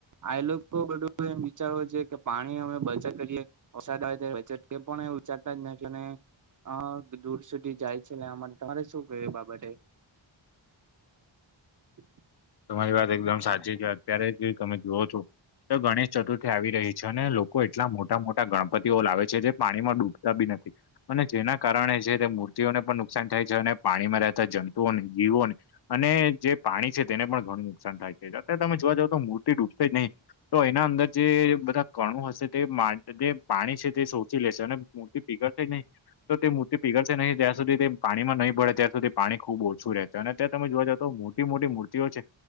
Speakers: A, on the right (about 40°); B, on the left (about 55°).
A: આએ લોકો બધું એમ વિચારવો જોઈએ કે પાણી અમે બચત કરીએે વરસાદ આવે ત્યારે બચત કરીએ પણ એવું વિચારતાં જ નથી અને અ દૂર સુધી જાય છે લેવા માટે તમારે શું કેવુ એ બાબતે <inaudible>
B: તમારી વાત એકદમ સાચી કે અત્યારે જે તમે જૂઓ છો તો ગણેશ ચતુર્થી આવી રહી છે ને લોકો એટ ટલા મોટા મોટા ગણપતિઓ લાવે છે જે પાણીમાં ડૂબતા બી નથી અને જેના કારણે છે તે મૂર્તિઓને પણ નુકસાન થાય છે અને પાણીમાં રહેતા જંતુઓને જીવોને અને જે પાણી છે તેને પણ ઘણું નુકસાન થાય છે અત્યારે તમે જોવા જાવ તો મૂર્તિ ડૂબશે જ નહીં તો એના અંદર જે બધા કણું હશે તે પાણી છે તે સોચી લેશે અને મૂર્તિ પીગળ છે નહીં તો તે મૂર્તિ પીગળ છે નહીં જ્યાં સુધી તે પાણીમાં નહીં ભડે ત્યાં સુધી પાણી ખુબ ઓછું રહે છે અને ત્યાં તમે જોવા જાવ તો મોટી મોટી મૂર તીઓ છે